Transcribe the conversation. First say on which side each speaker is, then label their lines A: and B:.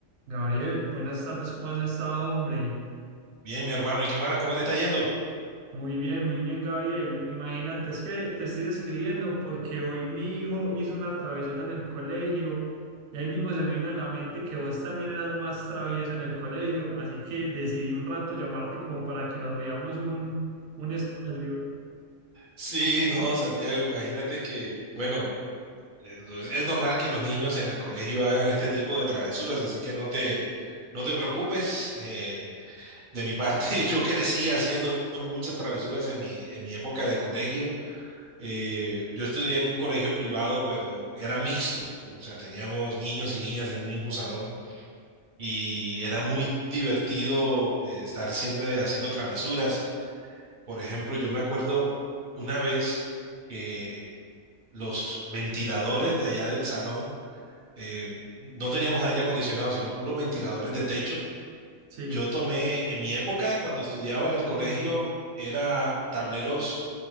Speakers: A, on the right (about 85°); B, on the right (about 50°).
A: Gabriel, buenas tardes, ¿cómo has estado, hombre?
B: Bien, mi hermano, ¿y qué más? ¿Cómo te está yendo?
A: Muy bien, muy bien, Gabriel. Imagínate, es que te estoy escribiendo porque hoy mi hijo hizo una travesura en el colegio y ahí mismo se me vino en la mente que vos también eras más travieso en el colegio, así que decidí un rato llamarte como para que nos riamos un, un espacio.
B: Sí, no, Santiago, imagínate que, bueno, eh, lo- es normal que los niños en el colegio hagan este tipo de travesuras, así que no te, no te preocupes. eh, de mi parte, <laughs> yo crecí haciendo muchas travesuras en mi, en mi época de colegio. Eh, yo estudié en un colegio privado, pero era mixto, o sea, teníamos niños y niñas en un mismo salón y era muy divertido, eh, estar siempre haciendo travesuras. Por ejemplo, yo me acuerdo una vez que los ventiladores de allá del salón, eh, no teníamos aire acondicionado, sino puros ventiladores de techo.
A: Sí.
B: Yo tomé, en mi época, cuando estudiaba en el colegio, era tableros